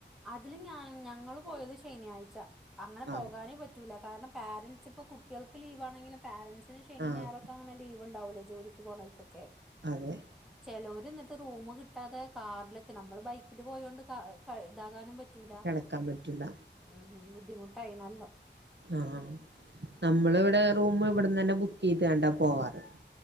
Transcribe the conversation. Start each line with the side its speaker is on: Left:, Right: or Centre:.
Centre: അതില് ഞാ ഞങ്ങള് പോയത് ശെനിയാഴ്ച അങ്ങനെ പോകാനേ
Right: ആഹ്
Centre: പറ്റൂല കാരണം പാരന്റ്സ് ഇപ്പ കുട്ടികൾക്ക് ലീവ് ആണെങ്കിലും പാരന്റ്സ് <unintelligible> ശെനിയും
Right: ആഹ്
Centre: ഞായറൊക്കെ അങ്ങനെ ലീവുണ്ടാവൂല ജോലിക്ക് പോണോർക്കൊക്കെ
Right: അതെ
Centre: ചെലോര് എന്നി റൂം കിട്ടാതെ കാറിലൊക്കെ നമ്മള് ബൈക്കിൽ പോയൊണ്ട് ക ഇതാകാനും പറ്റ റ്റുല
Right: കിടക്കാൻ പറ്റൂല
Centre: മ് മ് ബുദ്ധിമുട്ടായി നല്ല
Right: ആഹ് ആഹ് നമ്മള് ഇവിടെ റൂമ് ഇവിടന്ന് തന്നെ ബുക്ക് ചെയ്ത് കണ്ട പോവാറ്-